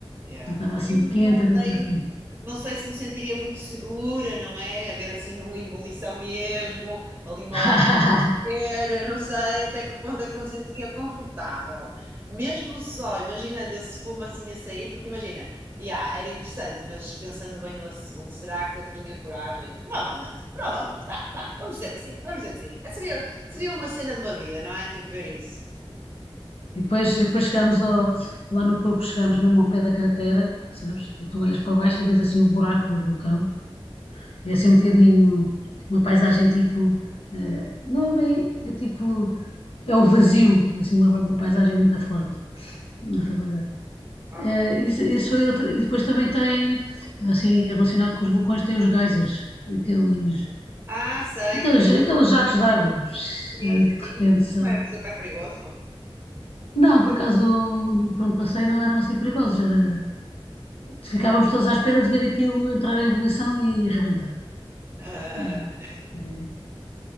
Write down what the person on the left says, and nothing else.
Eu estava
assim
quente
a deitar
fundo
<laughs>
E depois, e depois chegámos ao- lá no topo, chegámos mesmo ao pé da cratera, sabes? E tu olhas para baixo e vês assim o buraco do vulcão. É assim um bocadinho uma paisagem tipo, eh, não é bem, é tipo, é o vazio, assim uma, uma paisagem muito forte. Não vai dar.
É, isso, isso foi outra. E depois também tem, assim, relacionado com os vulcões, tem os geysers, aqueles,
aqueles,
aqueles jatos de água,
de água que de
repente sai.
Não, por acaso, por onde passei não eram assim perigosos, era, ficávamos todos à espera de ver aquilo entrar em ebulição e arrebentar.
E também-